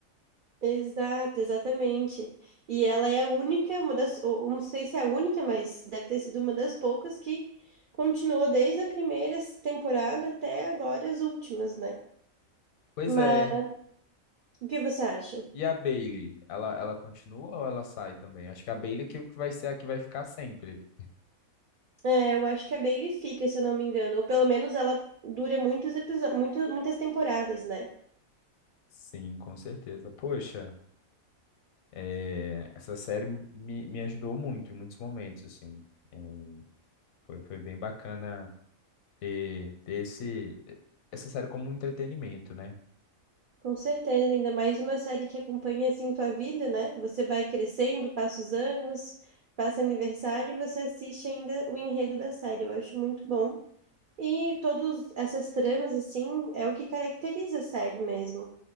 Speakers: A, on the right (about 80°); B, on the left (about 80°).
A: Exato, exatamente. E ela é a única, uma das, ou- ou não sei se é a única, mas deve ter sido uma das poucas que continuou desde a primeira temporada até agora as últimas, né?
B: Pois
A: Mas
B: é.
A: o que você acha?
B: E a Bailey, ela, ela continua ou ela sai também? Acho que a Bailey que vai ser a que vai ficar sempre.
A: É, eu acho que a Bailey fica, se eu não me engano, ou pelo menos ela dura muitos episódios, muito, muitas temporadas, né?
B: Sim, com certeza. Poxa, é, essa série me, me ajudou muito em muitos momentos, assim. É, Foi, foi bem bacana ter, ter esse, essa série como um entretenimento, né?
A: Com certeza, ainda mais uma série que acompanha assim tua vida, né? Você vai crescendo, passa os anos, passa aniversário e você assiste ainda o enredo da série. Eu acho muito bom. E todas essas tramas, assim, é o que caracteriza a série mesmo.